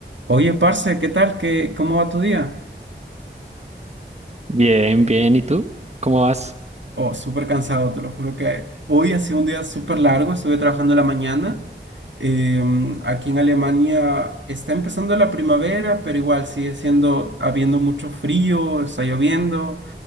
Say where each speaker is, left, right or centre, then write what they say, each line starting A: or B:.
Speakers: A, on the right; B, on the right.
A: Oye, parce, ¿qué tal? ¿Qué, cómo va tu día?
B: Bien, bien. ¿Y tú? ¿Cómo vas?
A: Oh, súper cansado, te lo juro que hoy ha sido un día súper largo, estuve trabajando en la mañana. Em, aquí en Alemania está empezando la primavera, pero igual sigue siendo, habiendo mucho frío, está lloviendo.